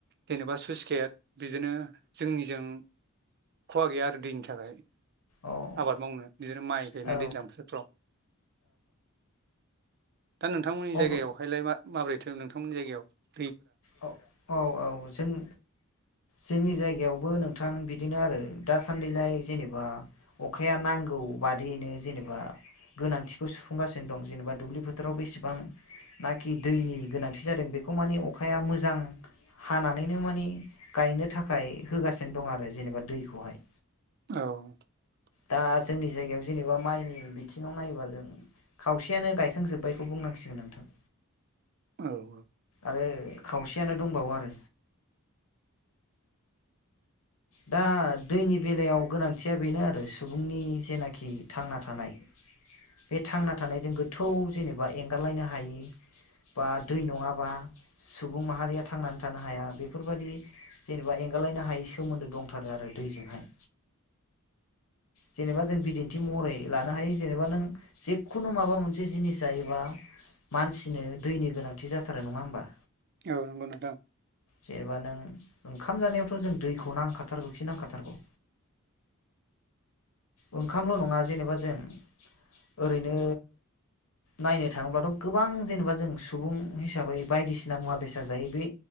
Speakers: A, on the right (about 50°); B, on the left (about 80°).
A: जेनेबा सुइस गेट बिदिनो जोंनिजों खहा गैया आरो दैनि थाखाय।
B: औ
A: आबाद मावनो बिदिनो माइ गायनाय
B: औ
A: दैज्लां बोथोरफ्राव दा नोंथांमोननि
B: औ अ
A: जायगायावहायलाय मा माबोरैथो नोंथांमोननि जायगायावयंत रय यंतंत
B: औ औ औ जोंनि जोंनि जायगायावबो नोंथां बिदिनो आरोय दासान्दिलाय जेनेबा अखाया नांगौ बादियैनो जेनेबा गोनांथिखौ सुफुंगासिनो दं जेनेबा दुब्लि फोथाराव बेसेबां नाखि दैनि गोनांथि जादों बेखौ माने अखाया मोजां हानानैनो मानि गायनो थाखाय होगासिनो दं आरो जेनेबा दैखौहाय
A: औ
B: दा जोंनि जायगायाव जेनेबा माइनि बिथिङाव नायोबा जों खावसेयानो गायखांजोब्बायखौ बुंनांऊसिगोन नोंथां
A: औ औ
B: आरो खावसेयानो दंबावो आरो दा दैनि बेलायाव गोनांथिया बेनो आरो सुबुंनि जेनाखि थांना थानाय बे थांना थानायजों गोथौ जेनेबा एंगारलायनो हायि बा दै नङाबा सुबुं माहारिया थांनानै थानो हाया बेफोरबायदि जेनेबा एंगारालायनो हायै सोमोन्दो दंथारो आरो दैजोंहाय जेनेबा जों बिदिन्थि महरै लानो हायो जेनेबा नों जेखुनु माबा मोनसे जिनिस जायोबा मानसिनो दैनि गोनांथि जाथारो नङा होमबा?
A: औ नंगौ नोंथां
B: जेनेबा नों ओंखाम जानायावथ' जों दैखौ नांखाथारगौखि नांखाथारगौ ओंखामल' नङा जेनेबा जों ओरैनो नायनो थाङोब्लाथ' गोबां जेनेबा जों सुबुं हिसाबै बायदिसिना मुवा बेसाद जायो बे